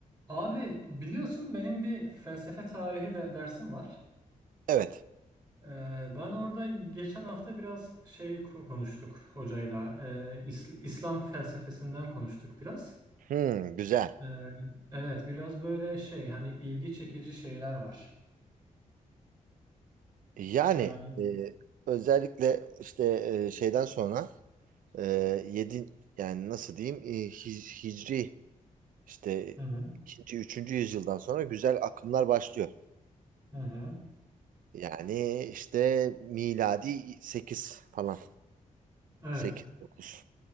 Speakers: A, on the right; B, on the right.
A: Abi biliyorsun benim bir felsefe tarihi de dersim var.
B: Evet.
A: Ee, ben orada geçen hafta biraz şey ko- konuştuk hocayla. Ee, İs- İslam felsefesinden konuştuk biraz.
B: Hmm, güzel.
A: Ee, evet biraz böyle şey hani ilgi çekici şeyler var.
B: Yani
A: Yani
B: e, özellikle işte e, şeyden sonra e, yedi yani nasıl diyeyim e, hic- hicri işte
A: hı hı,
B: ikinci üçüncü yüzyıldan sonra güzel akımlar başlıyor.
A: hı hı.
B: Yani işte miladi 8 falan
A: Evet.
B: sekiz dokuz